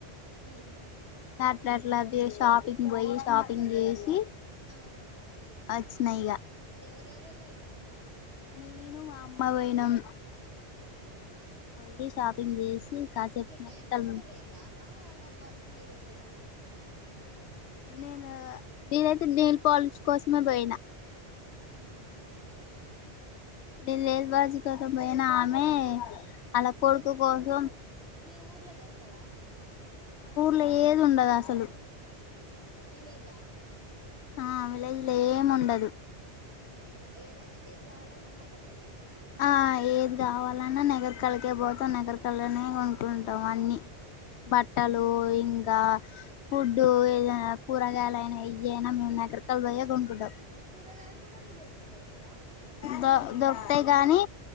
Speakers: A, on the right; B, on the left.
A: హ్మ్
B: అ అట్లాది షాపింగ్ పోయి షాపింగ్ చేసి
A: ఆ
B: వచ్చినా ఇగ
A: ఎవరెవరు ఎల్లేరు
B: నేను మా అమ్మ పోయినాం
A: హ్మ్
B: పోయి షాపింగ్ చేసి కాసేపు
A: గా టైమ్
B: నగరకళ
A: పాస్ కే బోయిరా ఏమన్నా వర్క్ మీద ఎలిరా
B: నేను నేనైతే నెయిల్ పాలిష్ కోసమే బోయినా
A: ఆహాహహ
B: డిలే బా తు పోయినా ఆమె అలా కొడుకు
A: ఎందుకు
B: కోసం
A: మీఊ మీ ఊర్లో దొరకవా
B: ల ఏదు ఉండదు అసలు
A: విలేజా
B: ఆ విలేజ్ల ఏముండదు
A: ఆ ఏదనా ఏది కావాలన్నా నగర్ కలాల
B: ఆ ఏది కావాలన్నా నకిరేకల్కే పోతాం నకిరేకల్నే కొనుకుంటాం అన్ని
A: ఆహా
B: బట్టలు ఇంకా ఫుడ్డు ఏదైనా కూరగాయలయినా ఇయ అనా మేము దగ్గర కళ పోయయా కొనుక్కుంటాం
A: కూరగాయలు కూడా విలేకజ్ల దోరూకవ
B: ధో దొరుకుతాయి కాగానీ